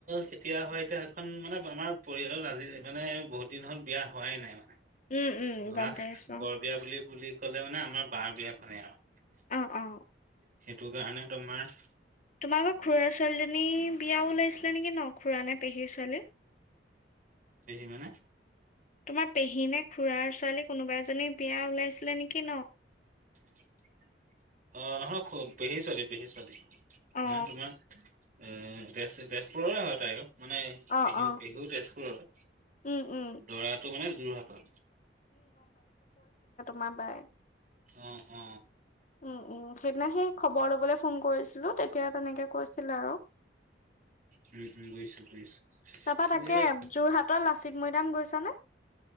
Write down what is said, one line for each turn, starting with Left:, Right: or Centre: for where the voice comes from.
Right: কেতিয়া হয় এতিয়া সেইখন মানে আমাৰ পৰিয়ালত আজি মানে বহুত দিন হ'ল বিয়া হয় হোৱাই নাই মানে
Left: উম উম
Right: লাষ্ট
Left: গম পাইছো
Right: বৰ বিয়া বুলি বুলি ক'লে মানে আমাৰ বাৰ বিয়াখনে আৰু
Left: অ অ
Right: সেইটো কাৰণে তোমাৰ
Left: তোমালোকৰ খুৰাৰা ছোৱালীজনী বিয়া ওলাইছিলে নেকি ন খুৰা নে পেহীৰ ছোৱালী
Right: পেহী মানে
Left: তোমাৰ পেহীনে খুৰা ছোৱালী কোনোবা এজনী বিয়া ওলাইছিলে নেকি ন
Right: <unintelligible> অ নহয় খুব পেহী ছোৱালী পেহী ছোৱালী মানে
Left: অ
Right: তোমাৰ উম তেজ তেজপুৰৰে হয় তাইও মানে
Left: অ
Right: পেহী
Left: অ
Right: পেহু তেজপুৰৰে
Left: উম উম
Right: দৰাটো মানে যোৰহাটৰ
Left: মা বাই
Right: অ অ
Left: উম উম সেইদিনা সেই খবৰ লবলৈ ফোন কৰিছিলো তে তিয়া তেনেকে কৈছিল আৰু
Right: উম উম বুজিছো বুজিছো
Left: তাৰপা তাকে
Right: লাচিত
Left: যোৰহাটৰ লাচিত মৈদাম গৈছানে